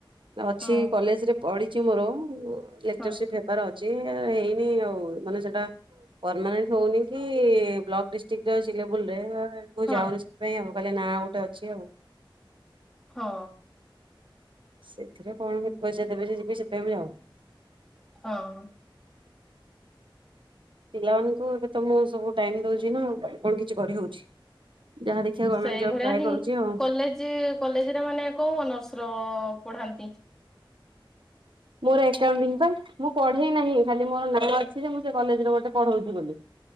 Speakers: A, on the right; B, in the centre.
A: ଅଛି
B: ହଁ
A: କଲେଜରେ ପଢିଛି ମୋର ଲଚରସିପ
B: ହଁ
A: ହେବାର ଅଛି, ହେଇନି ଆଉ ମାନେ ସେଟା ପରମାନେଣ୍ଟ ହଉନି କି ବ୍ଲକ ଡିଷ୍ଟ୍ରିକ୍ଟ <unintelligible> ଭୁଲରେ ମୁଁ
B: ହଁ
A: ଯାଉନି ସେଥିପାଇଁ ଆଉ କାଲି ନାଁ ଗୋଟେ ଅଛି ଆଉ।
B: ହଁ।
A: ସେଥିରେ କଣ କେତେ ପଇସା ଦେବେ ଯେ ଯିବି ସେଥିପାଇଁ ଯାଉନି।
B: ହଁ।
A: ପିଲାମାନାନଙ୍କୁ ଏବେ ତ ମୁଁ ସବୁ ଟାଇମ ଦୋଉଚି ନା କଣ କିଛି କରିହଉଛି ଯାହା ଦେଖିଆ ଗମେଣ୍ଟ
B: ସେଇଭଳିଆ
A: ଜବ ଟ୍ରା
B: ହିଁ
A: କରୁଛି ଆଉ।
B: କଲେଜ କଲେଜରେ ମାନେ କୋଉ ଅନର୍ସ ର ପ? <unintelligible>
A: ମୋର <unintelligible> ମୁଁ ପଢେଇ ନାହିଁ ଖାଲି ମୋର ନାଁ ଅଛି ଯେ ମୁଁ ସେ କଲେଜରେ ଗୋଟେ ପଢ଼ୌଉଚି ବୋଲି।